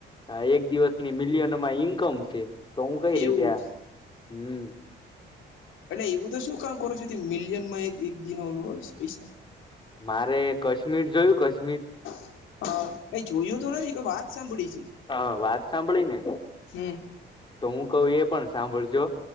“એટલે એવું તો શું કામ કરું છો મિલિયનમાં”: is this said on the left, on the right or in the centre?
Left